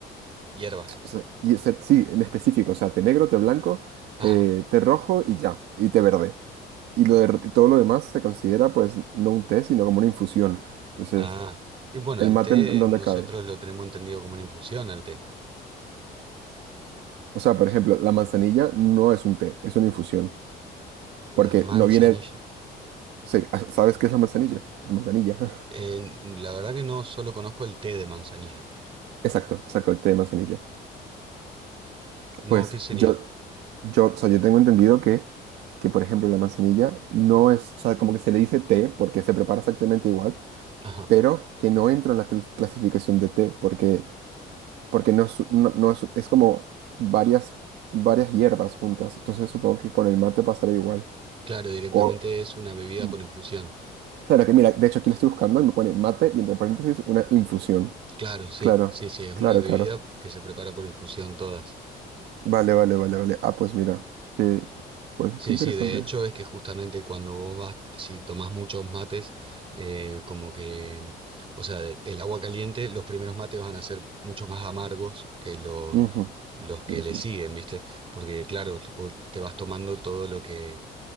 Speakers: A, on the right (about 30°); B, on the right (about 80°).
A: Hierbas.
B: o sea, y es- sí, en específico, o sea, té negro, té blanco,
A: Ajá.
B: eh, té rojo y ya, y té verde. Y, lo de- y todo lo demás se considera pues no un té, sino como una infusión. Entonces,
A: Ah. Y bueno,
B: ¿el
A: el
B: mate
A: té
B: en, en dónde
A: nosotros
B: cae?
A: lo tenemos entendido como una infusión al té.
B: O sea, por ejemplo, la manzanilla no es un té, es una infusión, porque
A: La manzanilla.
B: no viene... Sí, ah, ¿sabes qué es la manzanilla? La manzanilla. <laughs>
A: Eh, la verdad que no solo conozco el té de manzanilla.
B: Exacto, exacto, el té de manzanilla.
A: No,
B: Pues
A: ¿qué sería?
B: yo, yo, o sea, yo tengo entendido que, que, por ejemplo, la manzanilla no es, o sea, como que se le dice té porque se prepara exactamente igual,
A: Ajá.
B: pero que no entra en la cl- clasificación de té porque, porque no es, no, no es, es como varias, varias hierbas juntas. Entonces supongo que con el mate pasará igual.
A: Claro, directamente
B: O,
A: es una bebida
B: Mm.
A: por infusión.
B: claro que mira, de hecho aquí lo estoy buscando y me pone mate y entre paréntesis una infusión.
A: Claro, sí,
B: Claro,
A: sí, sí, es
B: claro,
A: una bebida
B: claro.
A: que se prepara por infusión todas.
B: Vale, vale, vale, vale. Ah, pues mira, eh, pues
A: Sí,
B: qué interesante.
A: sí, de hecho es que justamente cuando vos vas, si tomás muchos mates, eh, como que, o sea, de- el agua caliente, los primeros mates van a ser mucho más amargos que los,
B: Ujú.
A: los que
B: Tienes
A: le
B: un-
A: siguen, ¿viste? Porque claro, vos te vas tomando todo lo que,